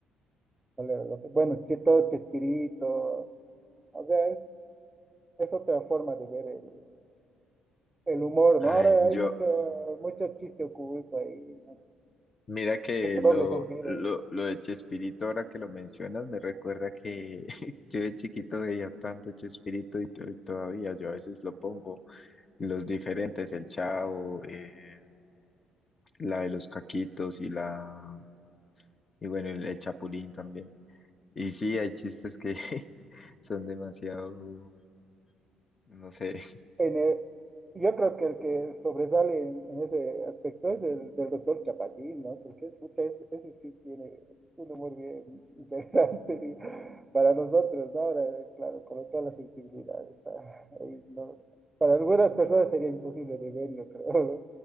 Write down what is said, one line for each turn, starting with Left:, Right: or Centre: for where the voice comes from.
Right: ¿cuál era el otro? Bueno, Che- todo Chespirito, o sea, es, es otra forma de ver el, el humor,
Left: Ay,
Right: ¿no? Ahora
Left: yo,
Right: hay mucho, mucho chiste oculto ahí.
Left: mira que
Right: mucho
Left: lo,
Right: doble sentido.
Left: lo, lo de Chespirito, ahora que lo mencionas, me recuerda que <laughs> yo de chiquito veía tanto Chespirito y, to- y todavía yo a veces lo pongo. Los diferentes, el Chavo, eh, la de los Caquitos y la, y bueno, el, el Chapulín también. Y sí, hay chistes que <laughs> son demasiado, no sé.
Right: En el- yo creo que el que sobresale en, en ese aspecto es el del doctor Chapatín, ¿no? Porque es- pucha, ese, ese sí tiene un humor bien interesante <laughs> digo, para nosotros, ¿no? Ahora, claro, con toda la sensibilidad está ahí, ¿no? Para algunas personas sería imposible de ver, yo creo, ¿no?